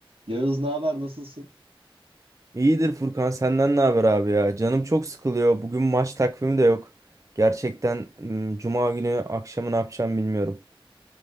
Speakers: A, on the right; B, on the right.
A: Yağız ne haber nasılsın?
B: İyidir Furkan, senden ne haber abi ya? Canım çok sıkılıyor. Bugün maç takvimi de yok. Gerçekten m, Cuma günü akşamı ne yapacağım bilmiyorum.